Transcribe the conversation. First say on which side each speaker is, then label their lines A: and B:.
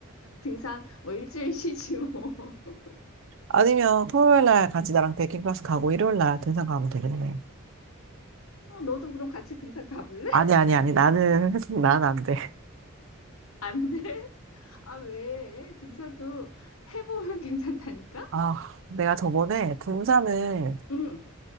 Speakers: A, on the left; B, on the right.
A: 등산 뭐 일주일 쉬지 뭐. <laughs>
B: 아니면 토요일 날 같이 나랑 베이킹 클래스 가고 일요일 날 등산 가면 되겠네.
A: 어, 너도 그럼 같이 등산 가볼래?
B: 아니,
A: <laughs>
B: 아니, 아니. 나는, <laughs> 난 안 돼.
A: 안 돼? 아, 왜? 등산도 해보면 괜찮다니까?
B: 아, 내가 저번에 등산을
A: 응,